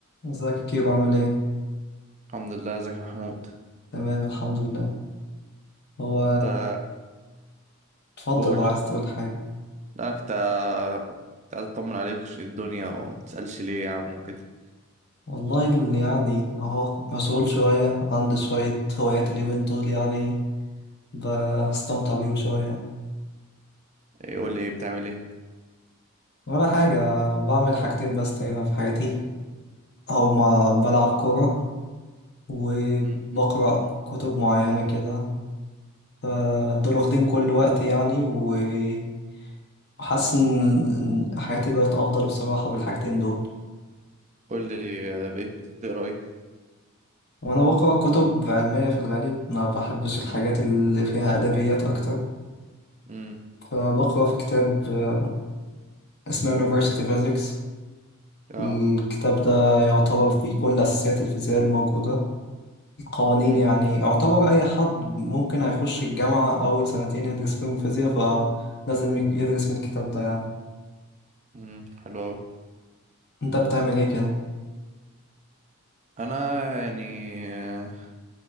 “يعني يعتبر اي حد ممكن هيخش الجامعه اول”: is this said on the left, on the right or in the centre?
Left